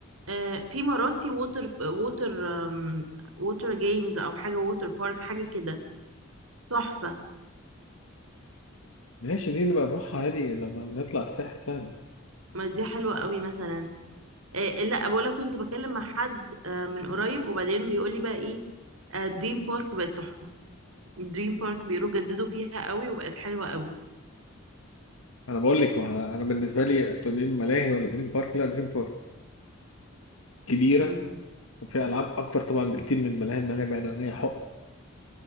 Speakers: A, on the right; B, on the left.
A: آه، في مراسي ووتر ووتر ووتر جيمز او حاجة ووتر بارك حاجة كده تحفة
B: ماشي دي نبقى نروحها عادي لما نطلع الساحل سهل
A: ما دي حلوة قوي مثلا آه، لا بقول لك كنت بكلم مع حد آه، من قريب وبعدين بيقول لي بقى ايه آه، دريم بارك بقت تحفة دريم بارك بيقولوا جددوا فيها قوي وبقت حلوة قوي
B: انا بقول لك ما انا بالنسبه لي تقولي لي ملاهي ولا دريم بارك لا دريم بارك كبيره
A: مم.
B: وفيها العاب اكتر طبعا بكتير من الملاهي الملاهي بقى ان هي حق